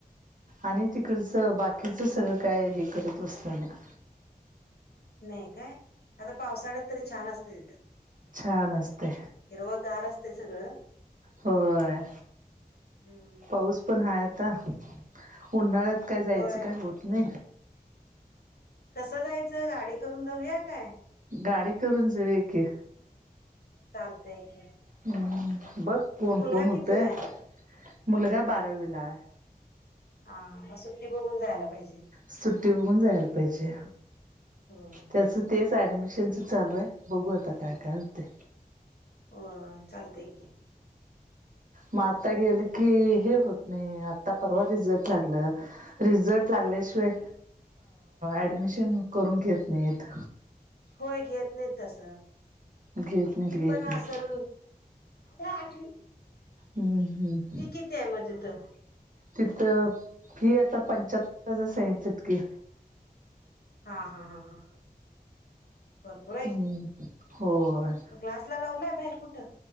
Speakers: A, on the right; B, on the left.
A: आणि, तिकडचं बाकीचं सगळं काय, हे करत बसलं नाय.
B: नाही काय? आता पावसाळ्यात तरी, छान असते तिथं.
A: छान अस ते.
B: हिरवं गार असते सगळं
A: होय
B: हम्म
A: पाऊस पण हाय आता. उन्हाळ्यात काय जायचं
B: होय
A: काय होत नाही.
B: कसं जायचं. गाडी करून जाऊया काय?
A: गाडी करून जाऊया, की.
B: चालतय की.
A: हम्म. बघ कोण
B: मुलगा
A: कोण होते.
B: कितवीला आहे
A: मुलगा बारावीला आहे.
B: हा, मग सुट्टी बघून जायला पाहिजे.
A: सुट्टी बघून जायला पाहिजे.
B: होय
A: त्याच तेच, ऍडमिशनच चालूये. बघू आता काय काय होतय.
B: होय, चालतय की.
A: मग आता गेलं की, हे होत नाही. आता परवा रिझल्ट लागलं. रिझल्ट लागल्याशिवाय. ऍडमिशन करून घेत नाहीेयेत.
B: होय, घेत नाहीत तस.
A: घेत नाहीत
B: ही
A: घेत
B: पण
A: नाहीत
B: असल, आठवी
A: हम्म, हम्म.
B: कितीये म तिथं.
A: तिथं फी आता, पंच्याहत्तर हजार. सागीतलेत. की.
B: हा हा हा हा. भरपूर
A: हम्म, होय.
B: क्लास ला लावलाय? बाहेर कुठं.